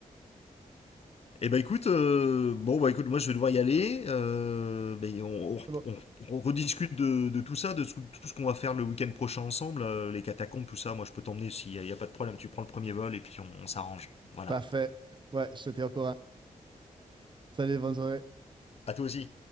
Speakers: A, on the left; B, on the right.
A: Eh ben écoute, euh, bon bah écoute, moi je vais devoir y aller. Euh, ben, on,
B: C'est bon.
A: on- on rediscute de, de tout ça, de tout, tout ce qu'on va faire le week-end prochain ensemble, euh, les catacombes, tout ça. Moi je peux t'emmener s'il n'y a, il y a pas de problème. Tu prends le premier vol et puis on on s'arrange. Voilà.
B: Parfait. Ouais, je te tiens au courant. Salut, bonne soirée.
A: À toi aussi.